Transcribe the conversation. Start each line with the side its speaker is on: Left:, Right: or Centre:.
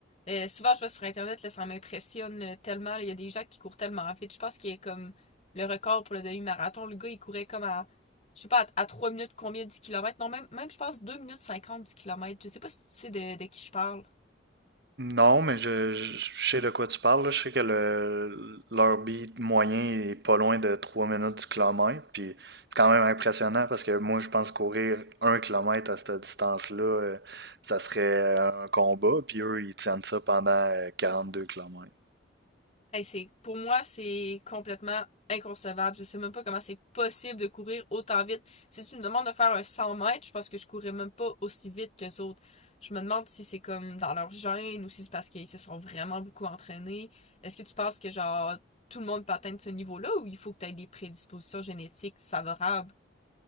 Left: Euh, souvent, je vois sur Internet, là, ça m'impressionne euh, tellement. là, Il y a des gens qui courent tellement vite. Je pense qu'il y a comme le record pour le demi-marathon. Le gars, il courait comme à, je sais pas, à, à 3 minutes combien du kilomètre. Non, même, même je pense 2 minutes 50 du kilomètre. Je sais pas si tu sais de, de qui je parle.
Right: Non, mais je, je- je sais de quoi tu parles, là. Je sais que le, leur beat moyen est pas loin de 3 minutes du kilomètre. Puis c'est quand même impressionnant parce que moi, je pense courir un kilomètre à cette distance-là, euh, ça serait un combat. Puis eux, ils tiennent ça pendant euh, deux kilomètres.
Left: Hey, c'est, pour moi, c'est complètement inconcevable. Je sais même pas comment c'est possible de courir autant vite. Si tu me demandes de faire un 100 mètres, je pense que je courrais même pas aussi vite que les autres. Je me demande si c'est comme dans leur gène ou si c'est parce qu'ils se sont vraiment beaucoup entraînés. Est-ce que tu penses que genre tout le monde peut atteindre ce niveau-là ou il faut que tu aies des prédispositions génétiques favorables?